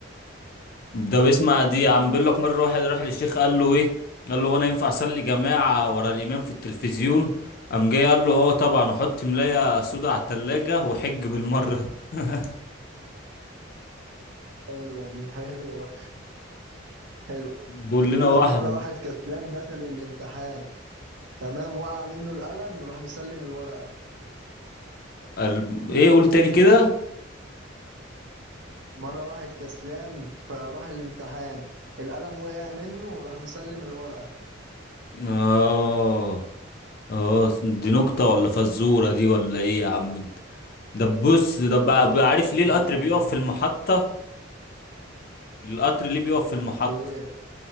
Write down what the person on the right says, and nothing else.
حلوة دي حلوة حلوة
بيقول
لك مرة
واحد كسلان دخل الامتحان تمام وقع منه القلم راح مسلم الورقة
مرة واحد كسلان فراح الامتحان القلم وقع منه راح مسلم الورقة
لا
يا عم
ليه؟